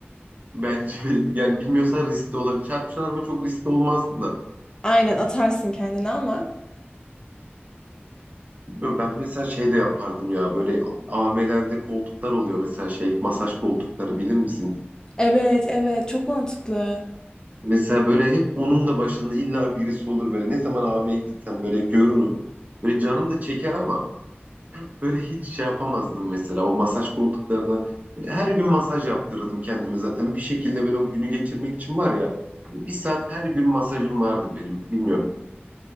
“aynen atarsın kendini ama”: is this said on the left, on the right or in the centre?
Left